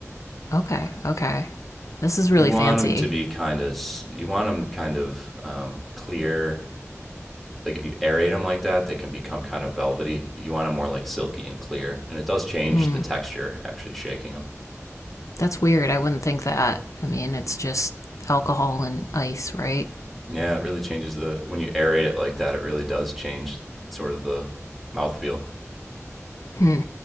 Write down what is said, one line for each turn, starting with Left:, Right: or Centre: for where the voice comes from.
Left: Okay, okay. This is
Centre: you
Left: really
Centre: want
Left: fancy.
Centre: them to be kind of you want them kind of um, clear like if you aerate them like that they can become kind of velvety you want them more like silky and clear and it does change
Left: Mm,
Centre: the texture actually shaking them
Left: that's weird. I wouldn't think that. I mean, it's just alcohol and ice, right?
Centre: yeah it really changes the when you aerate it like that it really does change sort of the mouthfeel
Left: Hmm.